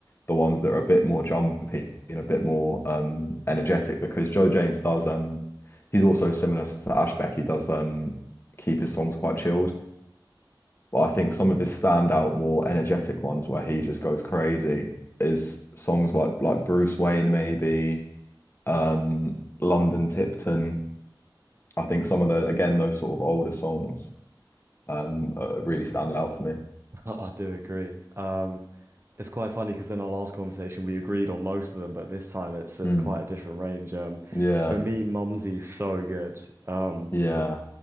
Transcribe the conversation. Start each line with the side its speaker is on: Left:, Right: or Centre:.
Left: the ones that are a bit more jumpy and a bit more um energetic because Joe James does um he's also similar to Ashbeck. He does um keep his songs quite chilled. But I think some of his standout, more energetic ones where he just goes crazy is songs like like Bruce Wayne maybe, um London Tipton. I think some of the again those sort of older songs um uh, really stand out for me.
Right: I do agree. Um, it's quite funny because in our last conversation we agreed on most of them, but this time it's there's
Left: Mm,
Right: quite a different range. Um,
Left: yeah,
Right: for me, Mumsy's so good. Uh,
Left: yeah.